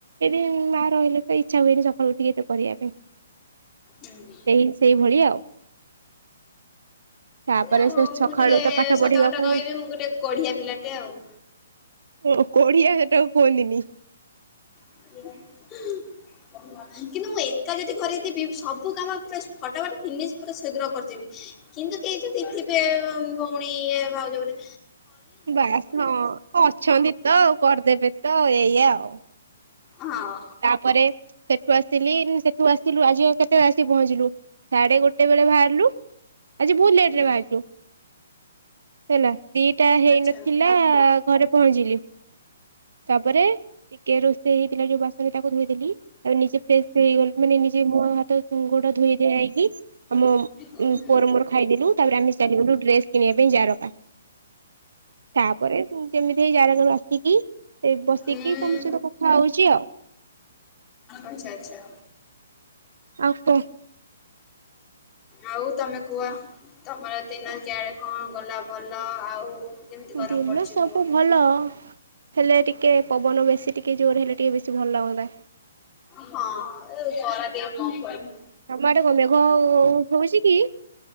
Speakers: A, on the right (about 75°); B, on the left (about 25°).
A: ଏବେ ମା ରହିଲେ ତ ଇଚ୍ଛା ହୁଏନି ସକାଳୁ ଟିକିଏ କରିବା ପାଇଁ।
B: ହଁ <unintelligible>
A: ସେ ସେଇଭଳି ଆଉ ତାପରେ
B: ଆଉ
A: ସେ ସକାଳୁ
B: ମୁଁ ଟିକିଏ
A: ତ ପାଠ
B: ସତକତା
A: ପଢିବାକୁ
B: କହିବି ମୁଁ ଗୋଟାଏ କୋଢ଼ିଆ ପିଲାଟେ ଆଉ।
A: ଓ କୋଢିଆ ସେଟାକୁ କୁହନ୍ତିନି।
B: <unintelligible> କିନ୍ତୁ ମୁଁ ଏକା ଯଦି ଘରେ ଥିବି ସବୁ କାମ ପୁରା ଫଟାଫଟ ଫିନିସ ପୁରା ଶୀଘ୍ର କରିଦେବି। କିନ୍ତୁ କେହି ଯଦିଥିବେ ଭଉଣୀ ଇ ଭାଉଜମାନେ
A: ବାସ୍ ହଁ ଅଛନ୍ତି ତ ଆଉ କରିଦେବେ ତ ଏଇଆ ଆଉ।
B: ହଁ।
A: ତାପରେ ସେଠୁ ଆସିଲି ସେଠୁ ଆସିଲୁ ଆଜି କେତେଳେ ଆସିିକ ପହଞ୍ଚିଲୁ? ସାଢେଗୋଟେ ବେଳେ ବାହାରିଲୁ। ଆଜି ବହୁତ ଲେଟରେ
B: ହୁଁ
A: ବାହାରିଛୁ ହେଲା ବି ଦିଟା ହେଇନଥିଲା
B: ଆଚ୍ଛା ହୁଁ।
A: ଘରେ ପହଞ୍ଚିଲି। ତାପରେ ଟିକିଏରୋଷେଇ ହେଇଥିଲା ଯୋଉ ବା ଧୋଇଦେଲି ଆଉ ନିଜେ ଫ୍ରେଶ ହେଇଗଲି ମାନେ ନିଜେ ମୁହଁ ହାତ ଗୋଡ ଧୋଇକିଆଇଲି। ମୋ
B: ହୁଁ ହୁଁ
A: ପୁଅର ମୋର ଖାଇଦେଲୁ ତାପରେ ଆମେ ସି ଡ୍ରେସ୍ କିଣିବା ପାଇଁ ଜାରକା ତାପରେ ଯେମିତି ହେଇ ଜାରକାରୁ ଆସିକି ସେଇ ବସିକି
B: ଉଁ
A: ତମ ସହିତ କଥା ହଉଛି ଆଉ।
B: ଆଛା ଆଚ୍ଛା।
A: ଆଉ କ?
B: ଆଉ ତମେ କୁହ ତମର ଦିନ ସାରା କଣ ଗଲା ଭଲ ଆଉ। କେମିତି ଗରମ
A: ଦିନ
B: ପଡିଛି
A: ସବୁ
B: କୁହ?
A: ଭଲ ହେଲେ ଟିକେ ପବନ ବେଶୀ ଟିକେ ଜୋର ହେଲେ ଟିକେ ବେଶୀ ଭଲ ହୁଅନ୍ତା।
B: ହଁ ଖରା ଟିକେ କଣ କହିବୁ।
A: ତମ ଆଡେ କଣ ମେଘ ହଉ ହଉଛି କି?